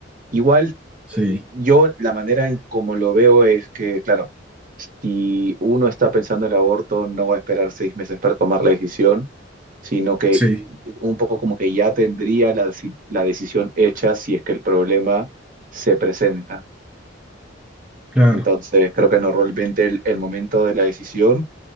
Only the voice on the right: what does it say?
Igual,
yo la manera en como lo veo es que, claro, si uno está pensando en el aborto, no va a esperar seis meses para tomar la decisión, sino que
un poco como que ya tendría la, deci- la decisión hecha si es que el problema se presenta.
Entonces, creo que normalmente el el momento de la decisión